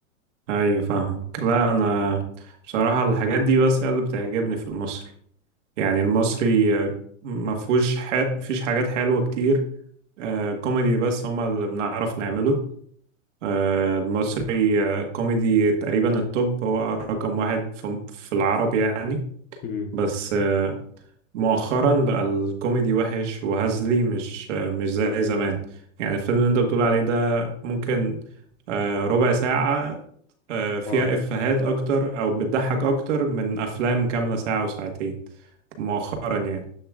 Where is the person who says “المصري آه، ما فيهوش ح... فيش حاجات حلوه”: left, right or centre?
Right